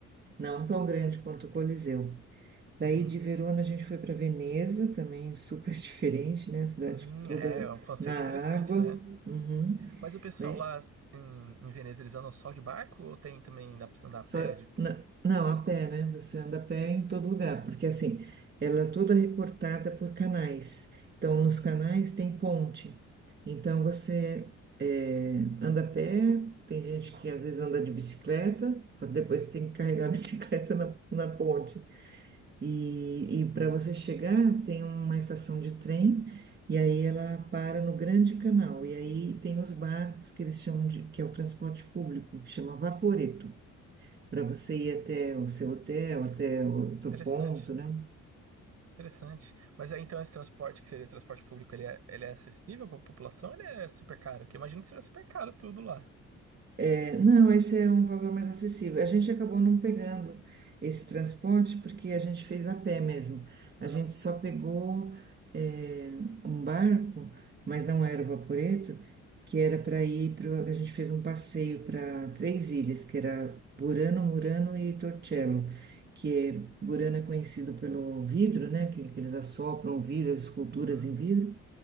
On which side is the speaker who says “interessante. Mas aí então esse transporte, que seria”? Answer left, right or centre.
Right